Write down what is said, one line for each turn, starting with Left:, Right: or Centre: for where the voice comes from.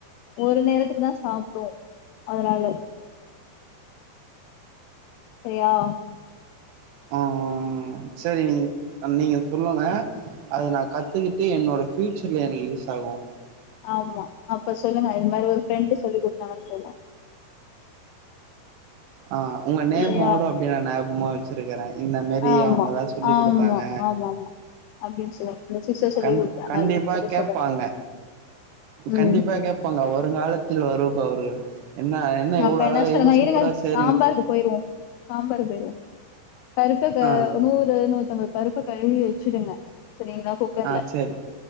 Left: ஒரு நேரத்துக்கு தா சாப்டுவோ அதனால செரியா
Right: ஆஹ் சரி நீங் நீங்க சொல்லுங்க அது நா கத்துக்கிட்டு என்னோட பஃபியூச்சர்ல எனக்கு யூஸ் ஆகோ
Left: ஆமா அப்ப சொல்லுங்க இது மாரி ஒரு ஃபரெண்ட் சொல்லி கொடுத்தாங்க சொல்லுங்
Right: ஆஹ் உங்க நேம்வோட
Left: சரியா
Right: அப்டி நா ஞாபமா வச்சிருக்குற இந்த மாரி
Left: ஆமா
Right: அவங்கதா சொல்லிக்
Left: ஆமா
Right: குடுத்தாங்க
Left: ஆமா ஆமா அப்டின்னு சொல்லுங்க இந்த சிஸ்டர் சொல்லி
Right: கண்
Left: குடுத்தாங்க
Right: கண்டிப்பா
Left: அப்டின்னு சொல்லி
Right: கேபாங்க
Left: சொல்லுங்க ம்
Right: கண்டிப்பா கேபாங்க வருங்காலத்தில் வரு பவர்கள் என்ன என்ன எவ்ளோ
Left: அப்ப
Right: அழகா
Left: சொல்லுங்க
Right: எவ்ளோ சூப்பரா
Left: இருங்க
Right: ச
Left: சாம்பாருக்கு போயிர்வோ சாம்பாரு போய்ர்வோ பருப்பு க
Right: ஆ
Left: நூறு நூத்தம்பது பருப்ப கழுவி வச்சிடுங்க சரிங்களா குக்கர்ல
Right: ஆ சரி.